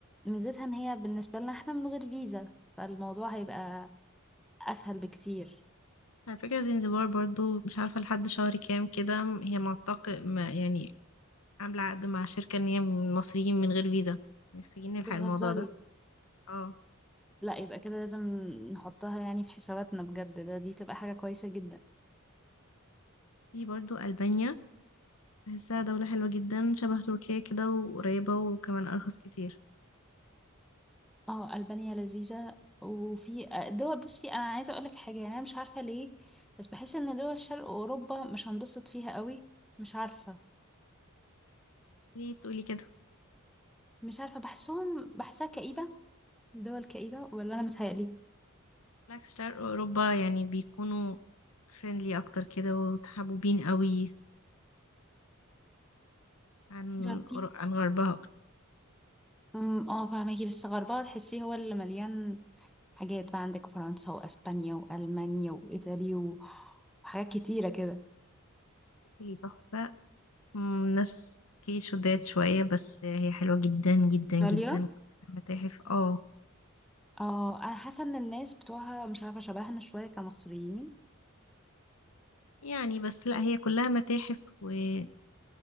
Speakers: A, in the centre; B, on the left (about 75°).
A: ميزتها إن هي بالنسبة لنا إحنا من غير فيزا فالموضوع هيبقى أسهل بكتير
B: على فكرة زنزبار برضو مش عارفة لحد شهر كام كده هي معتق ما يعني عاملة عقد مع شركة ان هي من المصريين من غير فيزا محتاجين نلحق
A: بتهزري
B: الموضوع ده اه
A: لا يبقى كده لازم نحطها يعني في حساباتنا بجد ده دي تبقى حاجة كويسة جدا
B: في برضو ألبانيا بحسها دولة حلوة جدا شبه تركيا كده وقريبة وكمان أرخص كتير
A: اه ألبانيا لذيذة وفي دول بصي انا عايزة اقولك حاجة يعني انا مش عارفة ليه بس بحس ان دول شرق اوروبا مش هنبسط فيها قوي مش عارفة
B: ليه بتقولي كده؟
A: مش عارفة بحسهم بحسها كئيبة دول كئيبة ولا انا متهيألي
B: بالعكس شرق أوروبا يعني بيكونوا فريندلي أكتر كده وتحبوبين قوي عن
A: مش عارفة
B: قر-
A: في
B: عن غربها أكتر.
A: أمم، اه فاهمكي بس غربها تحسيه هو اللي مليان حاجات بقى عندك فرنسا واسبانيا والمانيا وايطاليا و- وحاجات كتيرة كده
B: هي تحفة مم، ناس كي شداد شوية بس هي حلوة جدا جدا
A: ايطاليا
B: جدا متاحف اه
A: اه انا حاسة ان الناس بتوعها مش عارفة شبهنا شوية كمصريين
B: يعني بس لا هي كلها متاحف وانتي